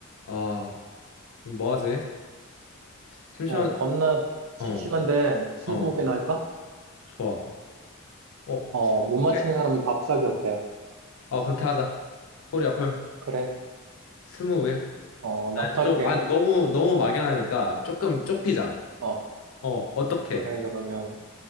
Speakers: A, on the left; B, on the right.
A: 아, 그럼 뭐 하지? 심심한,
B: 예, 겁나 심심한데
A: 어,
B: 스무고개나
A: 어,
B: 할까?
A: 좋아. 어,
B: 어,
A: 스무
B: 못 맞히는
A: 개?
B: 사람이 밥 사기 어때?
A: 아, 그렇게 하자. 코리아 홀.
B: 그래.
A: 스무 개?
B: 어, 나부터
A: 좀,
B: 할게.
A: 아, 근데 너무, 너무 막연하니까 조금 좁히자.
B: 어,
A: 어, 어떻게?
B: 그래. 그러면